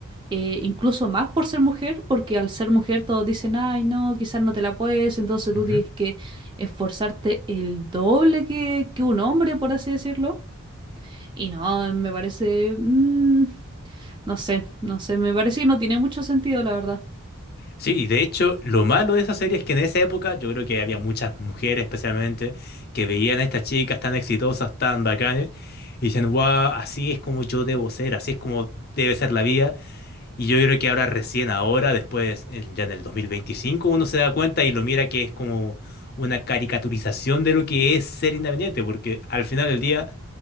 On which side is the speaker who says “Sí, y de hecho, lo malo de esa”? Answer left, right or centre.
Left